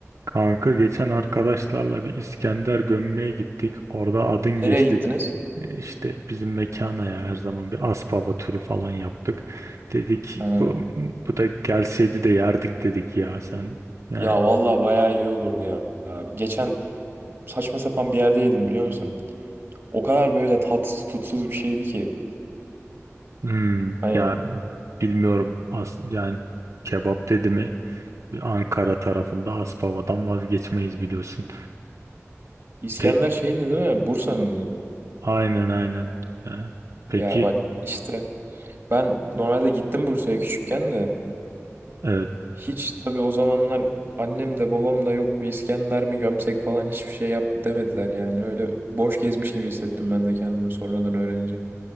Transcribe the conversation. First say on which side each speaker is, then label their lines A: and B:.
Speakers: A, on the right; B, on the right.
A: Kanka geçen arkadaşlarla bir İskender gömmeye gittik. Orada adın
B: Nereye
A: geçti.
B: gittiniz?
A: E, İşte bizim mekana ya her zaman bir Aspava turu falan yaptık. Dedik
B: Ha.
A: bu, bu da gelseydi de yerdik dedik ya sen. Yani
B: Ya vallahi bayağı iyi olurdu ya. Ya Geçen saçma sapan bir yerde yedim biliyor musun? O kadar böyle tatsız tutsuz bir şeydi ki.
A: hmm,
B: Hani
A: ya bilmiyorum as, yani kebap dedi mi Ankara tarafında Aspava'dan vazgeçmeyiz biliyorsun.
B: İskender
A: Pe
B: şeyindi değil mi? Bursa'nındı.
A: aynen aynen. Yani peki
B: Ya bak işte ben normalde gittim Bursa'ya küçükken de.
A: <laughs>
B: Hiç tabii o zamanlar annem de babam da yok bir İskender mi gömsek falan hiçbir şey yap demediler yani. Öyle boş gezmiş gibi hissettim ben de kendimi sonradan öğrenince.